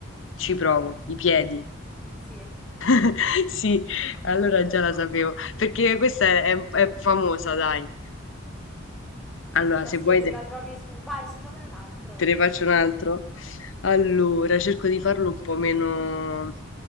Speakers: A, on the left; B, in the centre.
A: Ci
B: Ok.
A: provo. I piedi.
B: Sì.
A: <laughs> Sì, allora
B: <laughs>
A: già la sapevo, perché questa è, è- è famosa, dai. Allora,
B: Ma
A: se
B: sì,
A: vuoi
B: Sì, eh, la vabbè,
A: te,
B: poi trovi questo. su... Vai, sì, fammene un altro.
A: te ne faccio un altro. Allora, cerco di farlo un po' meno,